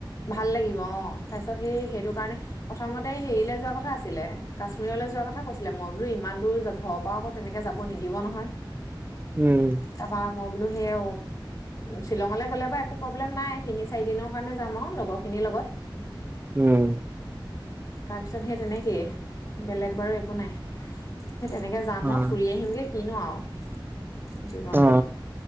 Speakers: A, on the left; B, on the right.
A: ভাল লাগিব অ, তাৰপিছত সেই সেইটো কাৰণে প্ৰথমতে হেৰিলৈ যোৱা কথা আছিলে, কাশ্মীৰলৈ যোৱা কথা কৈছিলে। মই বোলো ইমান দূৰ ঘৰৰ পৰা আকৌ তেনেকে যাব নিদিব নহয়।
B: উম।
A: তাৰপৰা মই বোলো সেইয়া শ্বিলঙলৈ গ'লে বাৰু একো প্ৰব্লেম নাই, তিনি চাৰিদিনৰ কাৰণে যাম আৰু। লগৰখিনিৰ লগত।
B: উম।
A: তাৰপিছত সেই তেনেকেই বেলেগ বাৰু একো নাই। সেই তেনেকৈ যাম
B: অ
A: আৰু ফুৰি আহিমগৈ কিনো আৰু। জীৱনটো
B: অ